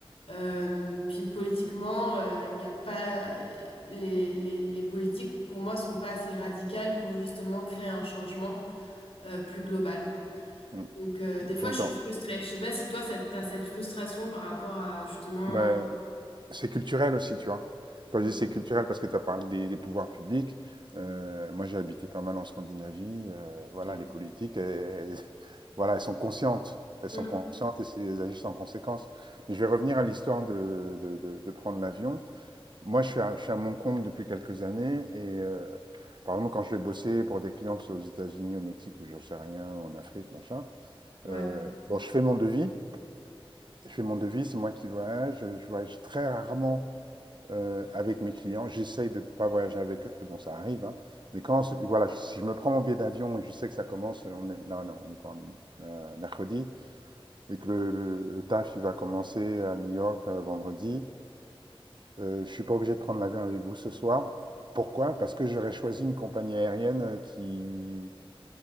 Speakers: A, on the left; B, on the right.
A: Euh, puis politiquement, euh, il y a pas... Les, les, les politiques, pour moi, sont pas assez radicales pour justement créer un changement euh, plus global.
B: mm.
A: Donc, euh, des fois,
B: j'entends.
A: je suis frustrée. Je sais pas si toi, ça- t'as cette frustration par rapport à justement...
B: Ben, C'est culturel aussi, tu vois. Quand
A: Mhm.
B: je dis c'est culturel, parce que tu as parlé des, des pouvoirs publics, euh, moi j'ai habité pas mal en Scandinavie, euh, voilà,
A: Ok.
B: les politiques, elles- elles- <laughs> voilà, elles sont conscientes, elles
A: Mhm.
B: sont conscientes et c'est- elles agissent en conséquence. Mais je vais revenir à l'histoire de, de- de- de prendre l'avion. Moi je suis à, je suis à mon compte depuis quelques années et euh, par exemple quand je vais bosser pour des clients, que ce soit aux États-Unis, au Mexique ou je sais rien, en Afrique, machin,
A: Ouais.
B: euh, bon, je fais mon devis, je fais mon devis, c'est moi qui voyage, je voyage très rarement euh, avec mes clients. J'essaye de ne pas voyager avec eux, bon, ça arrive. hein. Mais quand, voilà, si je me prends mon billet d'avion et je sais que ça commence, on est, là, on est quoi, on est, euh, mercredi, et que le, le- le taf, il va commencer à New York euh, vendredi, euh, je ne suis pas obligé de prendre l'avion avec vous ce soir. Pourquoi? Parce que j'aurais choisi une compagnie aérienne euh, qui,